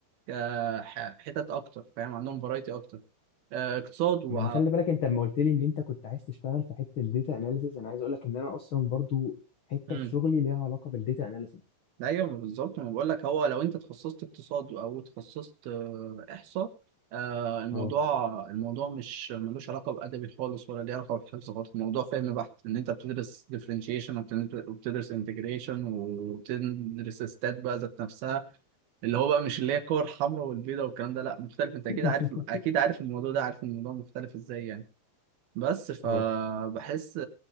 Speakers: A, on the right (about 70°); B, on the left (about 80°).
A: آه، ح- حتت اكتر فاهم عندهم فرايتي اكتر آه، اقتصاد و
B: ما انا خلي بالك انت لما قلت لي ان انت كنت عايز تشتغل في حته الداتا اناليسز انا عايز اقول لك ان انا اصلا برضو حته
A: مم.
B: في شغلي ليها علاقه بالداتا اناليسز
A: ايوه بالظبط ما بقول لك هو لو انت تخصصت اقتصاد او تخصصت آه، احصاء آه، الموضوع
B: اه
A: الموضوع مش ملوش علاقه بادبي خالص ولا ليه علاقه بالحفظ خالص الموضوع فهم بحت ان انت بتدرس ديفرنشيشن وبتدرس انتجريشن وبتدرس ستات بقى ذات نفسها اللي هو بقى مش اللي هي الكور الحمراء والبيضاء والكلام ده لا مختلف انت اكيد
B: <laughs>
A: عارف اكيد عارف الموضوع ده عارف الموضوع مختلف ازاي يعني بس فبحس
B: اه